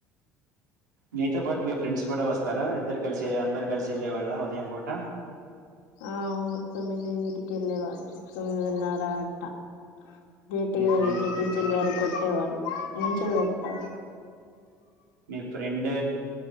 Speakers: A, on the right; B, on the left.
A: నీతో పాటు మీ ఫ్రెండ్స్ కూడా వస్తారా ఇద్దరు కలిసి అందరు కలిసి వెళ్ళేవాళ్ళ ఉదయం పూట.
B: ఆ అవును తొమ్మిది ఇంటికి వెళ్ళే వాళ్ళం. తొమ్మిదిన్నరా అట్టా. లేట్
A: మీ
B: గా
A: ఫ్రెండ్
B: వెళ్తే టీచర్ గారు కొ. ఎవల్ నుంచో పెడుతారు.
A: మీ ఫ్రెండ్